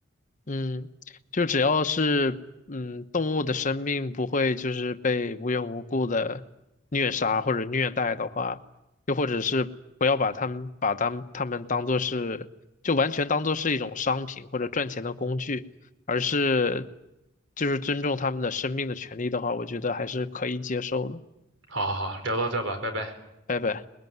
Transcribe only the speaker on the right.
好好好，聊到这吧，拜拜。